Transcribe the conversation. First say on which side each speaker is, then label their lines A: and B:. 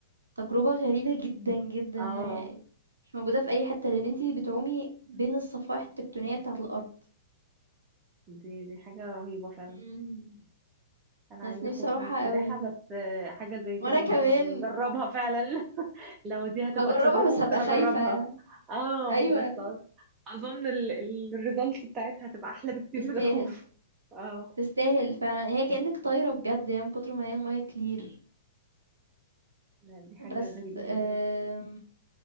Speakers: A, on the right (about 85°); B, on the right (about 25°).
A: تجربة غريبة جدا جدا
B: اه
A: يعني مش موجودة في أي حتة لأن انتي بتعومي بين الصفائح التكتونية بتاعة الأرض
B: دي دي حاجة رهيبة فعلا
A: مم.
B: انا
A: بس
B: عندي
A: نفسي
B: خوف
A: أروحها
B: من السباحة
A: قوي يعني.
B: بس آه، حاجة زي كده
A: وأنا
B: ممكن
A: كمان
B: اجربها فعلا <laughs> لو دي هتبقى
A: هجربها
B: التجربة
A: بس
B: ممكن
A: هبقى خايفة
B: اجربها
A: يعني
B: اه
A: أيوة
B: بس
A: أيوة.
B: اظن الريزلتس بتاعتها هتبقى احلى بكتير
A: تستاهل
B: من الخوف اه
A: تستاهل فعلا هي كأنك طايرة بجد يعني من كتر ما هي المية كلير
B: لا، دي حاجة
A: بس
B: غريبة
A: آم،
B: جدا